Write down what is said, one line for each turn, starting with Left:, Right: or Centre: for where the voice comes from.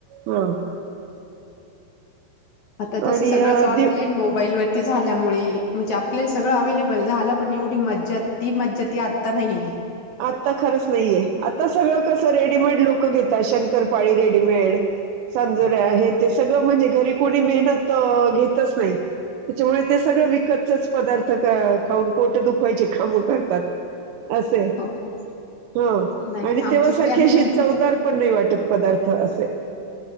Right: हो
Left: आता तस
Right: आणि
Left: सगळंच ऑनलाईन
Right: दि
Left: मोबाईलवर ती झाल्यामुळे म्हणजे आपल्याला सगळं अवेलेबल झालं पण एवढी मज्जा, ती मज्जा ती आता नाहीय
Right: आता खरंच नाहीये आता सगळं कसं रेडीमेड लोकं घेतात शंकरपाळी रेडीमेड सांजुरया हे ते सगळं म्हणजे घरी कोणी मेहनत घेतच नायी त्याच्यामुळे ते सगळं विकतचच पदार्थ खाऊन पोट दुखवायची काम करतात असंय
Left: हो
Right: हा
Left: नाही
Right: आणि
Left: आमच्या
Right: तेव्हा
Left: इकडे
Right: सारखी
Left: आम्ही
Right: अशी चवदार पण नायी वाटत पदार्थ असे